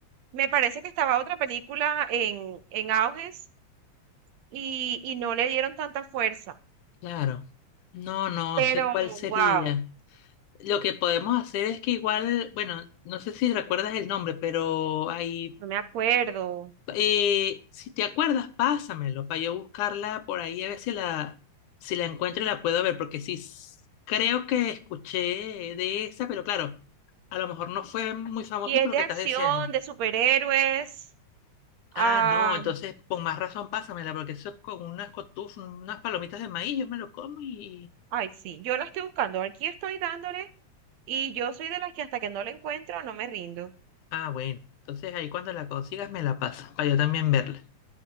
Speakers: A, on the right; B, on the left.
A: me parece que estaba otra película en, en auges y, y no le dieron tanta fuerza.
B: claro. No, no
A: Pero,
B: sé cuál sería.
A: wow,
B: Lo que podemos hacer es que igual, bueno, no sé si recuerdas el nombre, pero ahí,
A: no me acuerdo.
B: eh, si te acuerdas, pásamelo para yo buscarla por ahí a ver si la, si la encuentro y la puedo ver, porque sí, s- creo que escuché de esa, pero claro, a lo mejor no fue muy famosa
A: Y es
B: por
A: de
B: lo que
A: acción,
B: estás diciendo.
A: de superhéroes. ah,
B: Ah, no, entonces con más razón pásamela, porque eso con unas cotufas, unas palomitas de maíz, yo me lo como y...
A: ay, sí, yo la estoy buscando. Aquí estoy dándole y yo soy de las que hasta que no la encuentro no me rindo.
B: Ah, bueno, entonces ahí cuando la consigas me la pasas, para yo también verla.